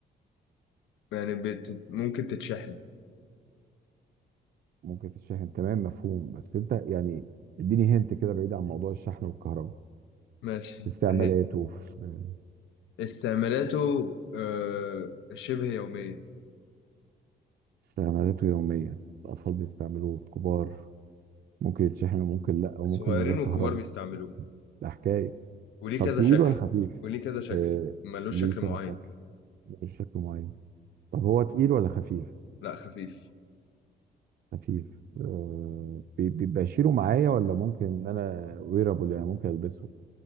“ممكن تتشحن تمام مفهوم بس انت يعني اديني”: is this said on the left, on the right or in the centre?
Right